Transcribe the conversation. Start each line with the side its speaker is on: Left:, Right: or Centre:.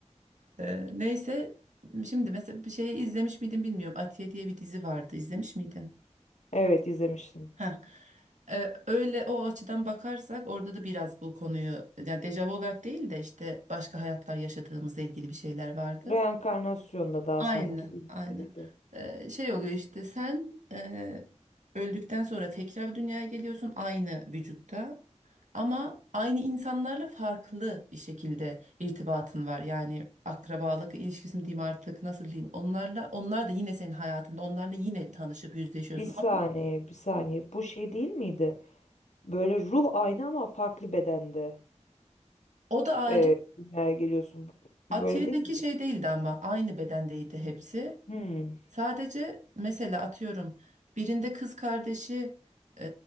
Right: E, neyse şimdi mesela bir şeyi izlemiş miydin bilmiyorum. Atiye diye bir dizi vardı izlemiş miydin?
Left: Evet izlemiştim.
Right: Ha. Ee, öyle o açıdan bakarsak orada da biraz bu konuyu yani dejavu olarak değil de işte başka hayatlar yaşadığımızla ilgili bir şeyler vardı.
Left: Reenkarnasyonla daha
Right: Aynen,
Left: sanki ilgiliydi.
Right: aynen. Ee, şey oluyor işte sen e, öldükten sonra tekrar dünyaya geliyorsun aynı vücutta ama aynı insanlarla farklı bir şekilde irtibatın var. Yani akrabalık ilişkisi mi diyeyim artık nasıl diyeyim onlarla onlar da yine senin hayatında onlarla yine tanışıp yüzleşiyorsun.
Left: Bir saniye,
Right: Ama
Left: bir saniye. Bu şey değil miydi? Böyle ruh aynı ama farklı bedende
Right: O da ayrı.
Left: e, dünyaya geliyorsun.
Right: Atiye'deki
Left: Böyle değil mi?
Right: şey değildi ama aynı bedendeydi hepsi.
Left: Hmm.
Right: Sadece mesela atıyorum birinde kız kardeşi e,